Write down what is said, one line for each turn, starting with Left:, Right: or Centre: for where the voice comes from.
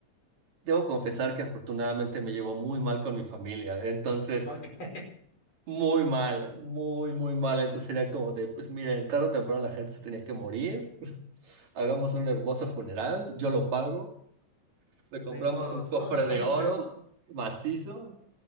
Right: debo confesar que afortunadamente me llevo muy mal con mi familia. Entonces...
Left: Ok, <laughs>
Right: Muy mal, muy, muy mal. Entonces era como de, pues miren, tarde o temprano la gente se tenía que morir. Hagamos un hermoso funeral, yo lo pago. Le compramos
Left: ni modos,
Right: un cofre
Left: ¿no? <laughs>
Right: de oro
Left: O sea,
Right: <laughs> macizo.